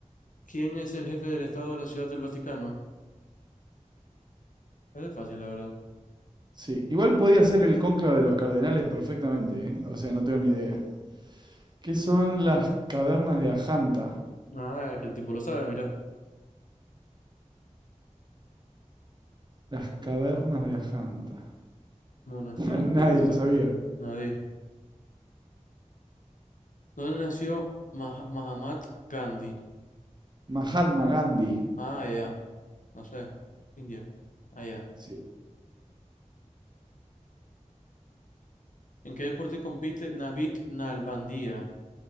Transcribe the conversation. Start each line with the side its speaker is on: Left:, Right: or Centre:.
Left: ¿Quién es el jefe del Estado de la Ciudad del Vaticano? Es fácil, la verdad.
Right: Sí. Igual podía ser el cónclave de los cardenales perfectamente, ¿eh? O sea, no tengo ni idea. ¿Qué son las cavernas de Ajanta?
Left: Ah, es que el tipo lo sabe, mira.
Right: Las cavernas de Ajanta.
Left: Monasterios
Right: <laughs> Nadie
Left: budistas.
Right: lo sabía.
Left: Nadie. ¿Dónde nació Mah- Mahatma Gandhi?
Right: Mahatma Gandhi.
Left: Ah, ya. No sé. India. Ah, ya.
Right: Sí.
Left: ¿En qué deporte compite Navid Nalbandia?